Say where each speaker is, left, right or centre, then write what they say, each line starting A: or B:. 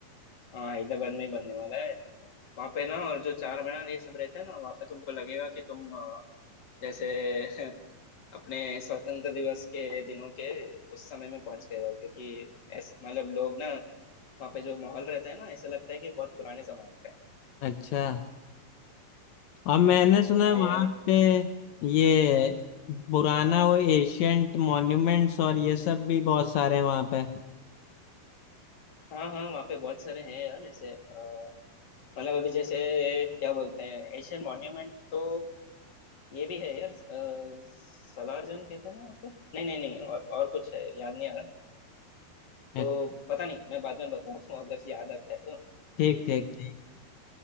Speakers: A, on the left (about 30°); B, on the left (about 80°).
A: हाँ हैदराबाद में ही बनने वाला है वहाँ पे ना और जो चार मीनार ये सब रहते हैं ना वहाँ पे तुमको लगेगा कि तुम जैसे <laughs> अपने स्वतंत्र दिवस के दिनों के उस समय में पहुंच गए हो क्योंकि ऐस मतलब लोग ना वहाँ पे जो माहौल रहता है ना ऐसा लगता है कि बहुत पुराने जमाने का है
B: अच्छा और मैंने सुना
A: हाँ
B: है वहाँ
A: यार
B: पे ये पुराना वो एशियंट मॉन्यूमेंट्स और ये सब भी बहुत सारे हैं वहाँ पे
A: हाँ हाँ वहाँ पे बहुत सारे हैं यार ऐसे अ, मतलब अभी जैसे क्या बोलते हैं एशियन मॉन्यूमेंट तो ये भी है यार अ, सलार जंग कहते हैं ना वहाँ पे नहीं नहीं नहीं और और कुछ है याद नहीं आ रहा
B: अ-
A: तो पता नहीं मैं बाद में बताता हूँ अगर याद आता है तो
B: ठीक ठीक ठीक